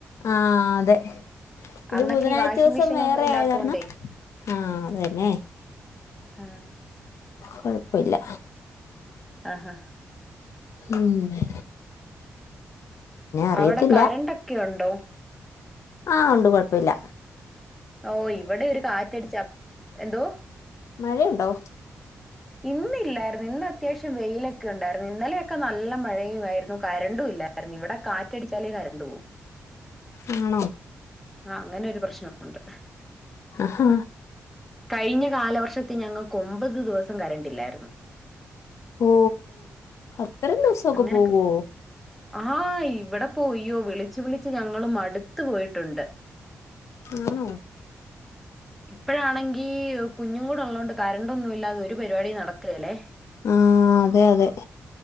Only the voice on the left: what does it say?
അഹ് അതെ ഇത്
ബുധനാഴ്ച്ച
ഇവസം
വേറെ
ആയത് കാരണം ആഹ് അത് തന്നെ.
കൊഴപ് ഇപ്പൊ ഇല്ല
ന്ന്ങ്ങനെ അറിയത്തില്ല
ആഹ് ഒണ്ട് കൊഴൊപ്പ ഇല്ല
മഴ ഉണ്ടോ
ആണോ
ആ ഹാ
ഓ അ ത്രേം ദിവസോക്ക
പോവോ
ആണോ
അഹ് അതെ അതെ